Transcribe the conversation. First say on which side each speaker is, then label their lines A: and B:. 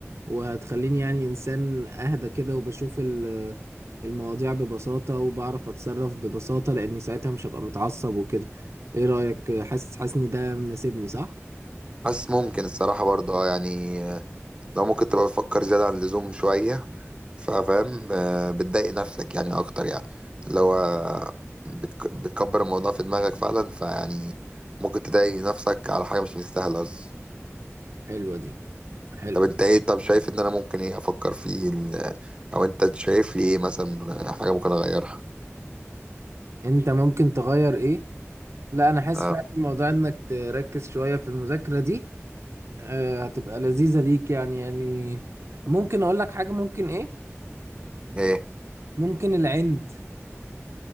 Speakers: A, on the right (about 70°); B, on the right (about 20°).
A: وهتخليني يعني إنسان أهدى كده وبشوف ال- المواضيع ببساطة وبعرف أتصرف ببساطة لأني ساعتها مش هبقى متعصب وكده إيه رأيك حاسس حاسس إن ده مناسبني صح؟
B: بس ممكن الصراحة برضه أه يعني آه، لو ممكن تبقى بتفكر زيادة عن اللزوم شوية ففاهم آه، بتضايق نفسك يعني اكتر يعني اللي هو بتك- بتكبر الموضوع في دماغك فعلا فيعني ممكن تضايق نفسك على حاجه مش مستاهله اصلا
A: حلوة دي حلو
B: طب انت ايه طب شايف ان انا ممكن ايه افكر فيه ال- او انت شايف لي ايه مثلا حاجه ممكن اغيرها
A: انت ممكن تغير ايه لا انا حاسس
B: اه
A: فعلا موضوع انك تركز شوية في المذاكرة دي آه، هتبقى لذيذة ليك يعني يعني ممكن اقول لك حاجة ممكن ايه
B: ايه
A: ممكن العند